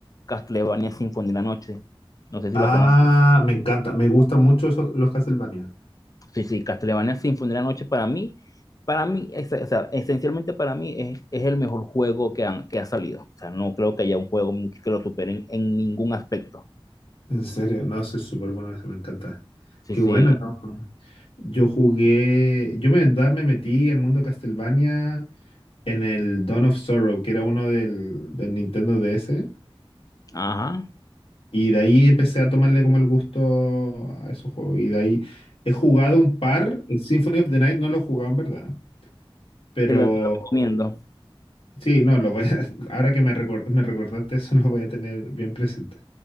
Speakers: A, on the left; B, on the left.
A: Castlevania Symphony de la Noche. No sé si
B: Ah,
A: la conoces.
B: me encanta, me gustan mucho esos, los Castlevania.
A: Sí, sí, Castlevania Symphony de la Noche para mí, para mí, es- o sea, esencialmente para mí es, es el mejor juego que, han- que ha salido. O sea, no creo que haya un juego que lo supere en en ningún aspecto.
B: En serio, no, soy súper bueno, me encanta.
A: Sí,
B: Qué
A: sí,
B: bueno, ¿no? Yo jugué, yo me, da- me metí al mundo de Castlevania en el Dawn of Sorrow, que era uno del, del Nintendo DS.
A: ajá.
B: Y de ahí empecé a tomarle como el gusto a esos juegos. Y de ahí he jugado un par. El Symphony of the Night no lo he jugado en verdad. Pero
A: Te lo, te lo recomiendo.
B: sí, no, lo voy a, <laughs> ahora que me, recor- me recordaste eso, <laughs> lo voy a tener bien presente.